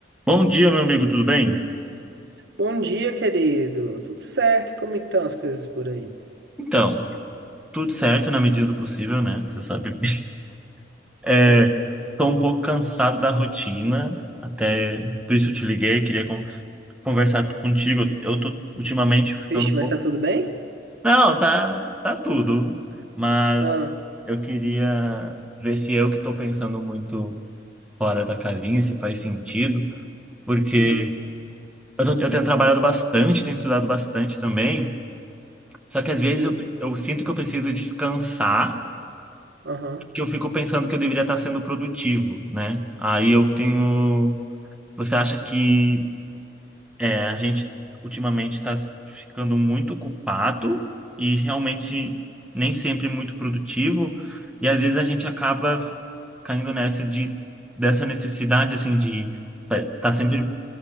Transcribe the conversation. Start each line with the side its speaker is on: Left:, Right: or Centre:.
Centre: Bom dia, meu amigo, tudo bem?
Right: Bom dia, querido. Tudo certo? E Como é que estão as coisas por aí?
Centre: Então, tudo certo na medida do possível, né? Você sabe. <laughs> É,
Right: Sim.
Centre: tô um pouco cansado da rotina, até por isso eu te liguei, queria con- conversar contigo. Eu tô ultimamente ficando
Right: Vixe,
Centre: um
Right: mas
Centre: pouco.
Right: tá tudo bem?
Centre: Não, tá, tá tudo, mas
Right: Ah,
Centre: eu queria ver se eu que tô pensando muito fora da casinha, se faz sentido, porque
Right: uhum.
Centre: eu, tô- eu tenho trabalhado bastante, tenho estudado bastante também, só que às
Right: Sim.
Centre: vezes eu, pre- eu sinto que eu preciso descansar
Right: Aham.
Centre: que eu fico pensando que eu deveria estar sendo produtivo, né? Aí eu tenho. Você acha que é, a gente ultimamente está ficando muito ocupado e realmente nem sempre muito produtivo, e às vezes a gente acaba f- caindo nessa de dessa necessidade assim de estar tá sempre